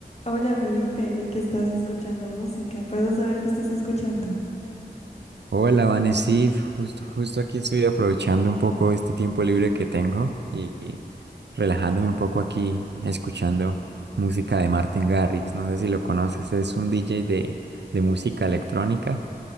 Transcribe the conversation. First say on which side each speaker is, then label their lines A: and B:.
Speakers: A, on the left (about 40°); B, on the right (about 80°).
A: Hola Felipe, vi que estás escuchando música. ¿Puedo saber qué estás escuchando?
B: Hola, Vanesif, justo, justo aquí estoy aprovechando un poco este tiempo libre que tengo y y relajándome un poco aquí escuchando música de Martin Garrix. No sé si lo conoces, es un DJ de, de música electrónica